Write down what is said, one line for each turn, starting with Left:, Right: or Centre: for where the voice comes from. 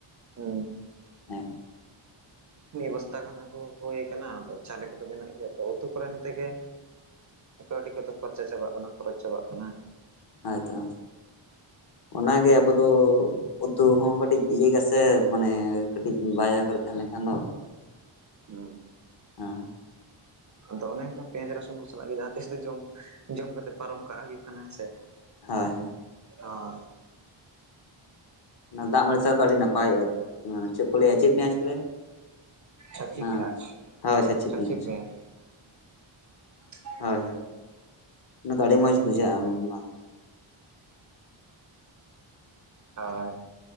Right: ᱦᱩᱸ
Left: ᱦᱮᱸ
Right: ᱢᱤᱫ ᱵᱚᱥᱛᱟ ᱜᱟᱱ ᱟᱹᱜᱩ ᱦᱳᱭ ᱠᱟᱱᱟ ᱟᱫᱚ ᱪᱟᱣᱞᱮ ᱠᱚᱫᱚ ᱢᱮᱱᱟᱜ ᱜᱮᱭᱟ ᱛᱚ ᱩᱛᱩ ᱠᱚᱨᱮᱱ ᱛᱮᱜᱮ ᱠᱟᱹᱣᱰᱤ ᱠᱚᱫᱚ ᱠᱷᱚᱨᱪᱟ ᱪᱟᱵᱟᱜ ᱠᱟᱱᱟ ᱠᱷᱚᱨᱚᱪ ᱪᱟᱵᱟᱜ ᱠᱟᱱᱟ
Left: ᱦᱚᱭᱛᱚ ᱚᱱᱟᱜᱮ ᱟᱵᱚ ᱫᱚ ᱩᱛᱩ ᱦᱚᱸ ᱠᱟᱹᱴᱤᱡ ᱤᱭᱟᱹ ᱜᱮᱥᱮ ᱢᱟᱱᱮ ᱠᱟᱹᱴᱤᱡ ᱵᱟᱡᱟᱨ ᱠᱚᱨᱮ ᱛᱟᱦᱮᱸ ᱞᱮᱱᱠᱷᱟᱱ ᱫᱚ
Right: ᱦᱩᱸ
Left: ᱦᱮᱸ
Right: ᱟᱫᱚ ᱚᱱᱮ ᱚᱱᱠᱟ ᱯᱮᱸᱭᱟᱡ ᱨᱟᱹᱥᱩᱱ ᱠᱚ ᱥᱟᱞᱟᱜ ᱜᱮ ᱡᱟᱦᱟᱸ ᱛᱤᱥ ᱫᱚ ᱡᱚᱢ ᱡᱚᱢ ᱠᱟᱛᱮ ᱯᱟᱨᱚᱢ ᱠᱟᱜ ᱦᱩᱭᱩᱜ ᱠᱟᱱᱟ ᱦᱮᱸᱥᱮ
Left: ᱦᱳᱭ ᱦᱮᱸ
Right: ᱚ
Left: ᱚᱱᱟ ᱫᱟᱜ ᱢᱟᱹᱲᱤᱥᱟᱣ ᱫᱚ ᱟᱹᱰᱤ ᱱᱟᱯᱟᱭᱚᱜᱼᱟ ᱪᱮᱫ ᱠᱚ ᱞᱟᱹᱭᱟ ᱪᱮᱫ ᱯᱮᱸᱭᱟᱡᱽ ᱠᱚ ᱞᱟᱹᱭᱟ
Right: ᱪᱷᱟᱪᱷᱤ
Left: ᱚᱱᱟ
Right: ᱯᱮᱭᱟᱡ
Left: ᱦᱳᱭ ᱪᱷᱟᱪᱤ
Right: ᱪᱷᱟᱹᱪᱤ
Left: ᱯᱮᱸᱭᱟᱡᱽ
Right: ᱯᱮᱭᱟᱡ <unintelligible>
Left: ᱦᱚᱭ ᱦᱚᱭ ᱚᱱᱟ ᱫᱚ ᱟᱹᱰᱤ ᱢᱚᱡᱽ ᱵᱩᱡᱷᱟᱹᱜᱼᱟ ᱚᱱᱟ ᱫᱚ
Right: ᱦᱚᱭ